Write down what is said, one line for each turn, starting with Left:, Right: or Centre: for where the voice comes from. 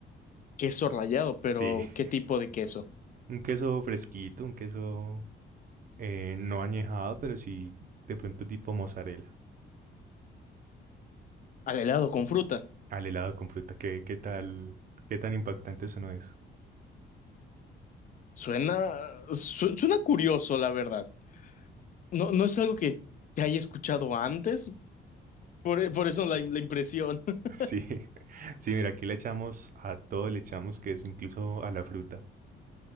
Left: Queso rallado, pero
Right: Sí,
Left: ¿qué
Right: <laughs>
Left: tipo de queso?
Right: un queso fresquito, un queso eh, no añejado, pero sí de pronto tipo mozzarella.
Left: Al helado con fruta.
Right: Al helado con fruta, ¿qué, qué tal? ¿Qué tan impactante sonó eso?
Left: Suena, su- suena curioso, la verdad. No, no es algo que, que haya escuchado antes, por, e- por eso la, la impresión. <laughs>
Right: <laughs> Sí, <laughs> sí, mira, aquí le echamos a todo, le echamos que es incluso a la fruta.